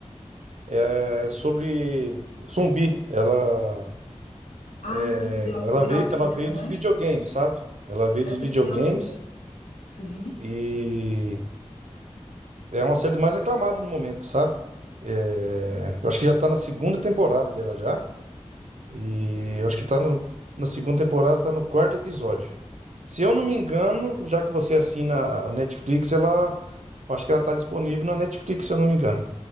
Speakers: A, on the right; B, on the left.
A: é sobre zumbi. Ela,
B: Ah,
A: é,
B: é tipo de, Al-
A: ela
B: de
A: veio,
B: Alckmin,
A: ela veio dos
B: né?
A: videogames, sabe? Ela veio
B: É
A: dos
B: tipo
A: videogames
B: de Alckmin. Sim.
A: e é uma série mais aclamada no momento, sabe? É, eu acho que já tá na segunda temporada dela já. E eu acho que tá no, na segunda temporada, tá no quarto episódio. Se eu não me engano, já que você assina a Netflix, ela. Eu acho que ela tá disponível na Netflix, se eu não me engano.